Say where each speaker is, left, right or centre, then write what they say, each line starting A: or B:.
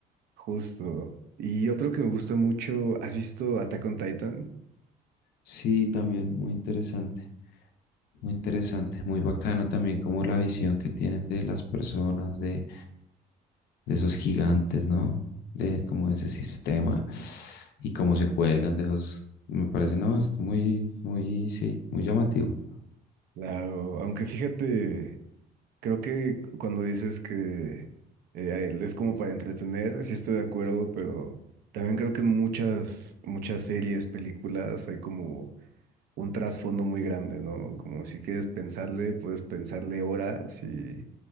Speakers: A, on the right; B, on the left.
A: Justo. Y otro que me gusta mucho, ¿has visto Attack on Titan?
B: Sí, también, muy interesante, muy interesante, muy bacano también como la visión que tienen de las personas, de, de esos gigantes, ¿no? De como ese sistema y cómo se cuelgan de esos, me parece, no, es muy, muy, sí, muy llamativo.
A: Claro, aunque fíjate, creo que cuando dices que eh, a él es como para entretener, sí estoy de acuerdo, pero también creo que en muchas, muchas series, películas, hay como un trasfondo muy grande, ¿no? Como si quieres pensarle, puedes pensarle horas y